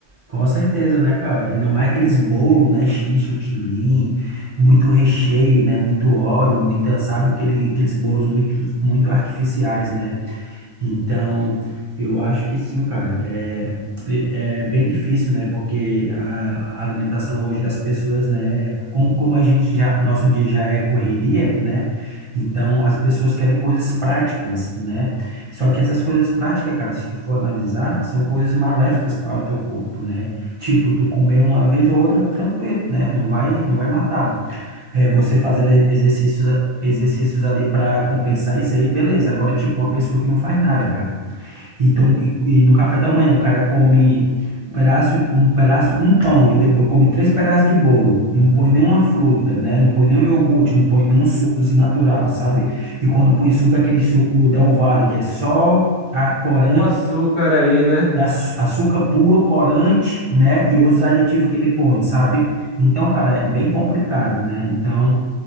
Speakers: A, on the right (about 40°); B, on the left (about 75°).
A: Com certeza, né, cara? Ainda mais aqueles bolos, né, cheio de chantilly, muito recheio, né, muito óleo, muita, sabe, aquele, aqueles bolos muito, muito artificiais, né? Então, eu acho que sim, cara. É, é é bem difícil, né? Porque a, a alimentação hoje das pessoas, né? Como, como a gente já, nosso dia já é correria, né? Então, as pessoas querem coisas práticas, né? Só que essas coisas práticas, cara, se tu for analisar, são coisas maléficas para o teu corpo, né? Tipo, tu comer uma vez ou outra, tranquilo, né? Não vai, não vai matar. É, você fazendo exercícios, exercícios ali para compensar isso aí, beleza. Agora, tipo, uma pessoa que não faz nada, cara. E, toma, e, e no café da manhã o cara come um pedaço, um pedaço, um pão e depois come três pedaços de bolo. Não põe nenhuma fruta, né? Não põe nenhum iogurte, não põe nenhum sucozinho natural, sabe? E quando põe suco, é aquele suco Del Valle, que é só a corante,
B: Olha o açúcar ali, né?
A: e açu- açúcar puro, corante, né? E outros aditivos que ele põe, sabe? Então, cara, é bem complicado, né? Então.